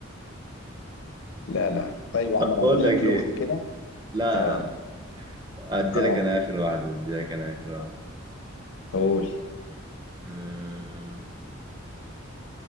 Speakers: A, on the left; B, on the right.
A: لا لا
B: <laughs>
A: طيب يا
B: طب
A: عم
B: بقول
A: انا هدي
B: لك
A: لك
B: ايه
A: لغز كده
B: لا
A: اه
B: لا، لا، ادي
A: اه
B: لك انا اخر واحدة ادي لك انا اخر واحدة
A: قول
B: أمم،